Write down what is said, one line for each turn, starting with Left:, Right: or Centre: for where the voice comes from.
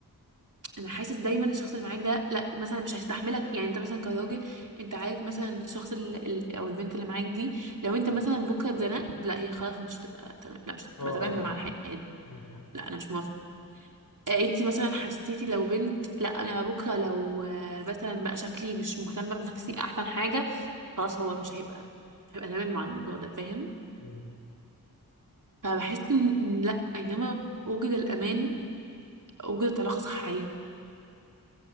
Right: انا حاسس دايما الشخص اللي معاك ده لا مثلا مش هيستحملك يعني انت مثلا كراجل انت عارف مثلا الشخص ال- ال- او البنت اللي معاك دي لو انت
Left: مم.
Right: مثلا بكره اتزنقت لا هي خلاص مش هتبقى تمام لا مش هتبقى
Left: اه
Right: تمام
Left: ايوه
Right: مع
Left: فاهم
Right: الحياه
Left: ايوه فاهم
Right: لا انا مش موافقه آه، انتي مثلا حسيتي لو بنت لا انا بكره لو آه، مثلا بقى شكلي مش مهتمه بنفسي احسن حاجه خلاص هو مش هيبقى مش هيبقى تمام مع الموضوع ده فاهم
Left: مم.
Right: فبحس ان إن لا اينما وجد الامان وجدت علاقه صحيه